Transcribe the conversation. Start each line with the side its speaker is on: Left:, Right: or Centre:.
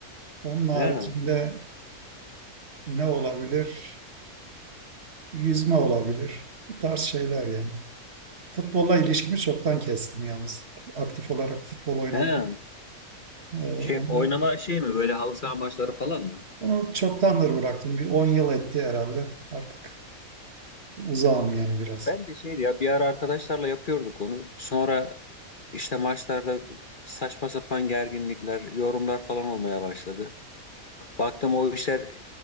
Right: Onun haricinde
Left: He.
Right: ne olabilir? Yüzme olabilir. Bu tarz şeyler yani. Futbolla ilişkimi çoktan kestim yalnız. Aktif olarak futbol oynamayı.
Left: He.
Right: e,
Left: Şey
Right: Onu,
Left: oynama şey mi böyle halı saha maçları falan mı?
Right: onu çoktandır bıraktım. Bir 10 yıl etti herhalde. Artık uzağım yani biraz.
Left: Ben de şeydi ya bir ara arkadaşlarla yapıyorduk onu. Sonra işte maçlarda saçma sapan gerginlikler, yorumlar falan olmaya başladı. Baktım o işler